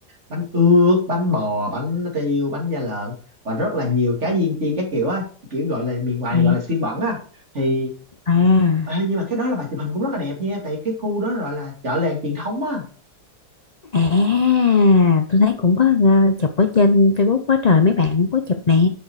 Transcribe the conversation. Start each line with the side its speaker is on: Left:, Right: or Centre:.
Right: bánh ướt bánh bò bánh tiêu bánh da lợn và rất là nhiều cá viên chiên các kiểu á kiểu gọi là miền ngoài
Left: Ừ.
Right: thì gọi là xiên bẩn á thì
Left: à
Right: ê, nhưng mà cái đó là bà chụp hình cũng rất là đẹp nha tại cái khu đó gọi là chợ làng truyền thống á
Left: à à tôi thấy cũng có ờ, chụp ở trên Facebook quá trời mấy bạn cũng có chụp nè